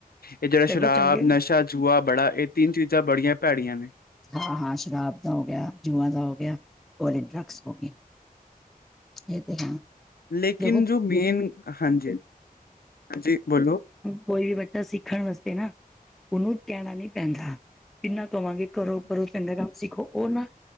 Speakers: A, on the left; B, in the centre.
A: ਇਹ ਜੇੜਾ
B: ਦੇਖੋ
A: ਸ਼ਰਾਬ
B: ਚੰਗੇ
A: ਨਸ਼ਾ ਜੂਆ ਬੜਾ ਇਹ ਤਿੰਨ ਚੀਜ਼ਾਂ ਬੜੀਆਂ ਪੈੜੀਆਂ ਨੇ।
B: ਹਾਂ-ਹਾਂ ਸ਼ਰਾਬ ਦਾ ਹੋ ਗਿਆ ਜੂਆਂ ਦਾ ਹੋ ਗਿਆ ਹੋਰ ਏਹ ਡਰਗਸ ਹੋ ਗਈ ਇਹ ਤੇ ਹੈ <unintelligible>
A: ਲੇਕਿਨ
B: <unintelligible>
A: ਜੋ ਮੇਨ ਹਾਂਜੀ, ਹਾਂਜੀ ਬੋਲੋ।
B: ਕੋਈ ਵੀ ਬੱਚਾ ਸਿੱਖਣ ਵਾਸਤੇ ਨਾ ਉਹਨੂੰ ਕਹਿਣਾ ਨੀ ਪੈਂਦਾ ਕਿੰਨਾ ਕਹਵਾਂਗੇ। ਕਰੋ ਕਰੋ ਚੰਗਾ ਕੰਮ ਸਿੱਖੋ ਉਹ ਨਾ